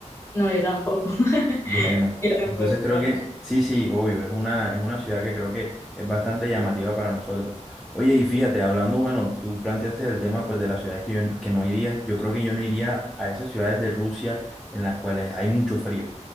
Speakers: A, on the left; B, in the centre.
A: No, yo tampoco. <laughs>
B: Bueno,
A: Yo tampoco.
B: entonces creo
A: Juan.
B: que sí, sí, obvio, es una, es una ciudad que creo que es bastante llamativa para nosotros. Oye, y fíjate, hablando, bueno, tú planteaste el tema pues de las ciudades que, yo- que no irías, yo creo que yo no iría a esas ciudades de Rusia en las cuales hay mucho frío.